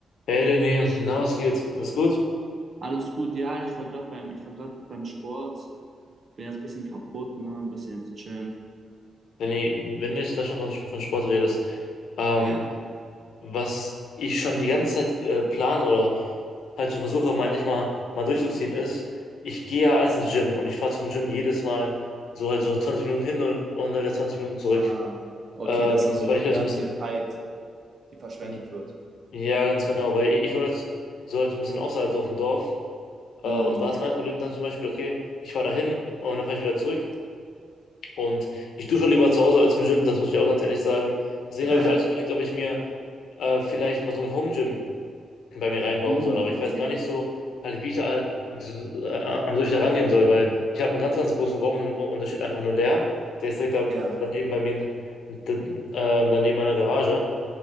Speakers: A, on the left; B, on the right.
A: Hey Lenny, na was geht? Alles gut?
B: Alles gut, ja, ich war gerade beim, ich war gerade beim Sport, bin jetzt ein bisschen kaputt, ne, ein bisschen jetzt chillen.
A: Lenny, wenn du jetzt gerade schon von, von Sport redest, ähm,
B: Ja,
A: was ich schon die ganze Zeit äh, plane oder halt so versuche, mal endlich mal, mal durchzuziehen, ist, ich gehe ja als ins Gym und ich fahre zum Gym jedes Mal so halt so 20 Minuten hin und, und dann wieder 20 Minuten zurück.
B: Ah, okay,
A: Ähm,
B: dass
A: Okay.
B: da so
A: weil ich halt
B: sehr
A: so ein
B: viel Zeit, die verschwendet
A: bisschen,
B: wird.
A: ja ganz genau, weil ich, ich wohne jetzt so halt so ein bisschen außerhalb so auf dem Dorf äh,
B: Hm,
A: und da
B: okay.
A: ist mein Problem dann zum Beispiel, okay, ich fahre da hin und dann fahre ich wieder zurück. Und ich dusche lieber zu Hause als im Gym, das muss ich auch ganz ehrlich sagen. Deswegen
B: <laughs>
A: habe ich alles überlegt, ob ich mir äh, vielleicht mal so ein Home-Gym bei mir reinbauen
B: Uh,
A: soll. Aber ich
B: okay.
A: weiß gar nicht so, halt, wie ich da, wie so, äh, an solche da rangehen soll, weil ich habe einen ganz, ganz großen Raum und, und da steht einfach nur leer. Der ist direkt da,
B: Ja,
A: daneben bei mir, d- ähm, daneben meiner Garage.